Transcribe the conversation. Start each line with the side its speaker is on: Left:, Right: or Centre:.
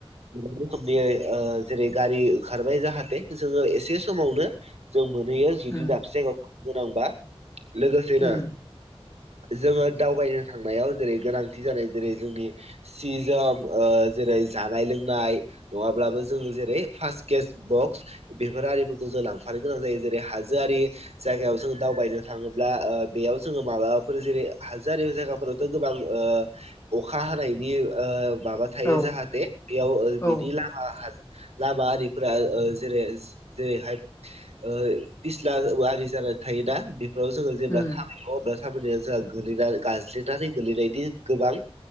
Right: गोां रोखोमनि जेरै गारि ओंखारबाय जाहाथे जोङो एसे समावनो जों मोनहैयो जुदि
Left: उम
Right: दाबसे जायगाव गोनांबा लोगोसेनो
Left: उम
Right: जोङो दावबायनो थांनायाव जेरै गोनांथि जानाय जेरै जोंनि सि जोम ओ जेरै जानाय लोंनाय नङाब्लाबो जोङो जेरै फार्स्ट केस बक्स बेफोर आरिफोरखौ जों लांफानो गोनां जायो जेरै हाजोआरि जायगायाव जों दावबायनो थाङोब्ला ओ बेयाव जोङो माब्लाबाफोर जेरै हाजारज खन'थ' गोबां अखा हानायनि माबा थायो
Left: औ
Right: जाहाथे बेयाव
Left: औ
Right: बिनि लामा लामा आरिफोराओ जेरै जेरैहाय ओ फिस्ला आरि जानानै थायोना बेफोराव जोङो जेब्ला
Left: उम
Right: थाबाय थङ अब्ला खोथा जोंहा गोैना गाज्ललिनानै गोलैनायनि गोबां